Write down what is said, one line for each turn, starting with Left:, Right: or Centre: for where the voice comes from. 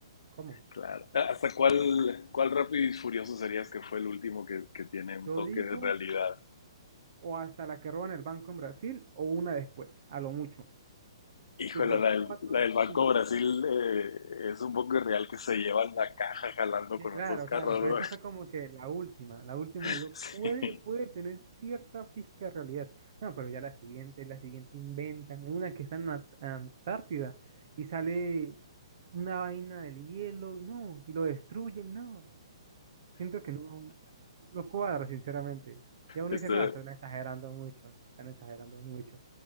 Right: ¿Cómo?
Left: claro, ¿hasta cuál, cuál Rápido y Furioso serías que fue el último que, que tiene un
Right: Yo
Left: toque
Right: digo,
Left: de realidad?
Right: o hasta la que roban el banco en Brasil, o una después, a lo mucho.
Left: Híjole,
Right: Tipo
Left: la
Right: cuatro
Left: del, la del
Right: o
Left: Banco
Right: cinco.
Left: Brasil eh, es un poco irreal que se llevan la caja jalando
Right: Sí,
Left: con
Right: claro,
Left: los dos carros,
Right: claro, pero
Left: ¿no?
Right: esa fue como que la última, la última,
Left: <laughs>
Right: digo,
Left: Sí,
Right: puede, puede tener cierta pizca de realidad. No, pero ya la siguiente, la siguiente inventan, una que está en la Antártida y sale una vaina del hielo, no, y lo destruyen, no. Siento que no, no cuadra, sinceramente. Ya uno
Left: estoy,
Right: dice, no, están exagerando mucho, están exagerando mucho.